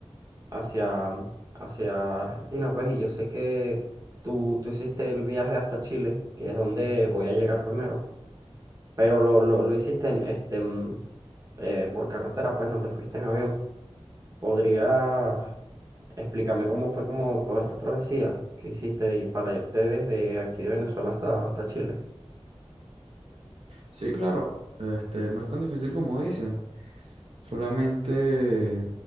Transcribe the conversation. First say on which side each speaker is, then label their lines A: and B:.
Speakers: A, on the right; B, on the right.
A: hacia, hacia Argentina, pues, y yo sé que tú, tú hiciste el viaje hasta Chile, que es donde voy a llegar primero, pero lo, lo, lo hiciste en, este, mm, eh, por carretera, pues no te fuiste en avión. ¿Podría explicarme cómo fue como toda esta travesía que hiciste y para irte desde aquí de Venezuela hasta, hasta Chile?
B: Sí, claro. Este, no es tan difícil como dicen. Solamente